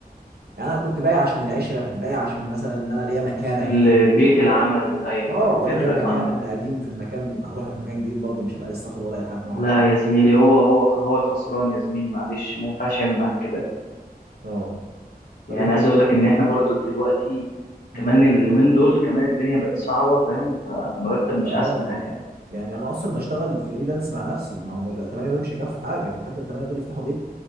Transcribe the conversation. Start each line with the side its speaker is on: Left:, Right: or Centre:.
Right: يعني انا كنت بايع عشان العشره بايع عشان مثلا ان انا ليا مكانه هنا
Left: اللي بيئه العمل ايوه
Right: اه
Left: أيوة،
Right: وانا
Left: بتفرق
Right: ليا مكان
Left: اه
Right: انا قديم في المكان هروح في مكان جديد برضه مش هبقى لسه واخد وضعي لحد
Left: لا
Right: ما اقعد شويه
Left: يا زميلي هو هو هو الخسران يا زميلي معلش ما ينفعش يعمل معاك كده
Right: اه
Left: يعني
Right: طب
Left: عايز اقول لك ان احنا برضو دلوقتي كمان
Right: انت
Left: اليومين دول كمان الدنيا بقت صعبه فاهم فمرتب مش
Right: اه
Left: احسن حاجه
Right: يعني انا اصلا بشتغل فريلانس مع نفسي ما هو ده 8 دول مش هيكفوا حاجه انت فاكر 8 دول يفتحوا بيت